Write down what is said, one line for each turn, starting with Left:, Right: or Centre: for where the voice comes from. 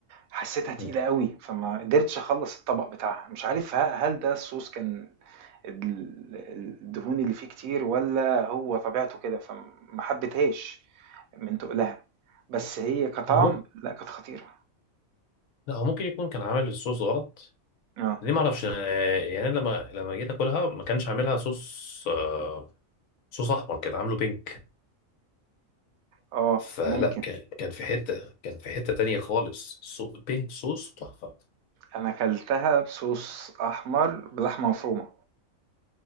Right: حسيتها تقيلة
Left: مم.
Right: أوي، فما قدرتش أخلّص الطبق بتاعها، مش عارف ه هل ده الSauce كان ال الدهون اللي فيه كتير والّا هو طبيعته كده، فما حبيتهاش من تُقلها، بس هي كطعم
Left: هو ممكن
Right: لأ، كانت خطيرة.
Left: لا هو ممكن يكون كان عامل الصوص غلط
Right: آه،
Left: ليه ما اعرفش آه، يعني أنا لما لما جيت اكلها ما كانش عاملها صوص آه، صوص احمر كان عامله بينك
Right: آه،
Left: فلا
Right: ممكن.
Left: كان كان في حتة كان في حتة تانية خالص سو بينك صوص تحفة
Right: أنا كلتها بSauce أحمر بلحمة مفرومة،